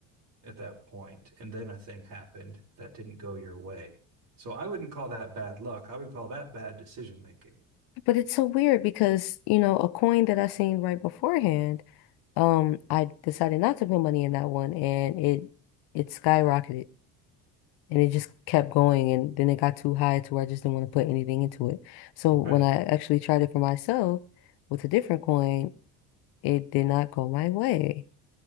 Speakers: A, on the right (about 55°); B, on the left (about 70°).
A: at that point, and then a thing happened that didn't go your way. So I wouldn't call that bad luck. I would call that bad decision making.
B: But it's so weird because, you know, a coin that I seen right beforehand, um, I decided not to put money in that one and it it skyrocketed and it just kept going and then it got too high to where I just didn't want to put anything into it. So
A: <laughs>
B: when
A: Right.
B: I actually tried it for myself with a different coin, it did not go my way.